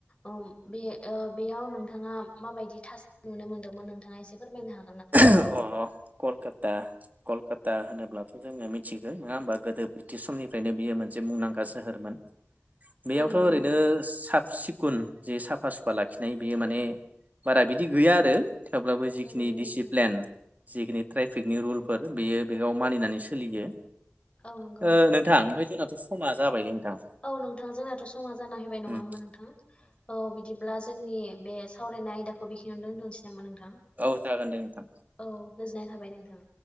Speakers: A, on the left (about 25°); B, on the right (about 35°).
A: ओम बे ओ बेआव नों थाङा माबायदि थासारि नुनो मोनदोंमोन नोंथाङा एसे फोरमायनो हा
B: <unintelligible> अ कलकात ता कलकाता होनोब्लाथ' जोङो मिथिगो नोङा होमबा गोदो ब्रिटिस समनिफ्रायनो बियो मोनसे मुंदां गा सोहोरमोन बेयावथ'
A: औ नंगौ
B: ओरैनो
A: नोंथां
B: साबसिख खुन जे साफा सुफा लाखिनाय बेयो माने बारा बिदि गैया आरो थेवब्लाबो जिखिनि
A: औ नंगौ
B: डिसिप
A: नोंथां।
B: प्लेन जिखिनि ट्रायफिकनि रुलफोर बेयो बेयाव मानिनानै सोलियो
A: औ नंगौ
B: ओ नोंथां ओमफ्राय जोंनाथ' समा जाबायलै नोंथां
A: औ नोंथां जोंनाथ' समा जाना फैबाय नङा
B: उम
A: होमबा नोंथां औ बिदिब्ला जोंनि बे सावरायनाय आयदाखौ बेखिनियावनो दोनथनोसै नामा नोंथां
B: औ जागोन
A: थां
B: दे नोंथां
A: औ गोजोननाय थाबाय नोंथां